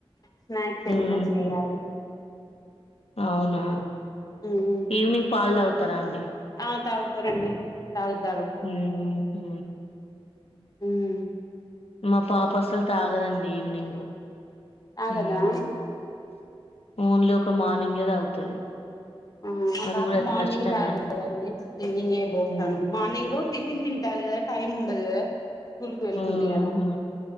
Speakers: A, on the left; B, on the left.
A: స్నాక్స్
B: మ్మ్
A: ఏమన్నా చేయాలి
B: హు అవునా
A: ఉమ్
B: ఈవినింగ్ పాలు తాగుతారా అండి
A: ఆ తాగుతారండి తాగుతారు
B: ఉహు
A: ఉమ్
B: మా పాప అసలు తాగదండి ఈవినింగ్
A: తాగదా
B: మ్మ్ ఓన్లీ ఒక మార్నింగే తాగుతది
A: ఆ మా
B: అది
A: పాప
B: కూడా అతి
A: మార్నింగ్
B: కష్టంగానే
A: తాగదండి ఈవినింగే పోస్తాను
B: మ్మ్
A: మార్నింగ్ టిఫిన్ తింటాది కదా టైమ్ ఉండదు కదా స్కూల్ కి వెళ్తుంది
B: మ్మ్
A: కదా
B: హు